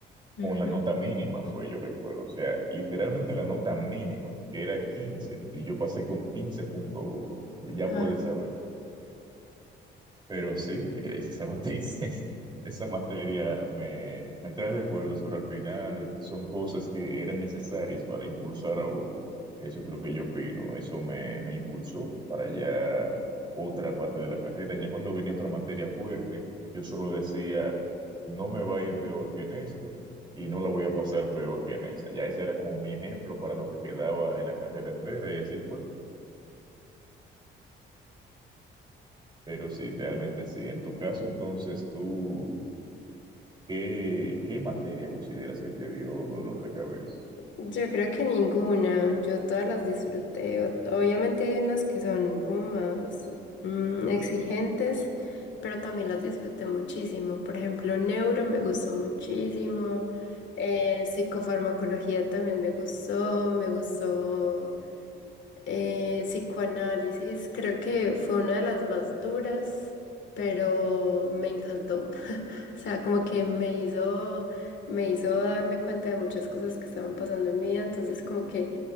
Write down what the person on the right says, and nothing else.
con la nota mínima, fue, yo recuerdo, o sea, literalmente la nota mínima, que era quince y yo pasé con quince punto uno ya
puedes saber. Pero sí, esa materia, <laughs> esa materia me, me trae recuerdos, pero al final son cosas que eran necesarias para impulsar a uno. Eso es lo que yo opino, eso me, me impulsó para ya otra parte de la carrera. Ya cuando venía otra materia fuerte, yo solo decía, no me va a ir peor que en esta y no la voy a pasar peor que en esa. Ya ese era como mi ejemplo para lo que quedaba en la carrera entera y así fue. Pero sí, realmente sí. En tu caso, entonces, tú... ¿Qué, qué materia consideras que te dio dolor de cabeza?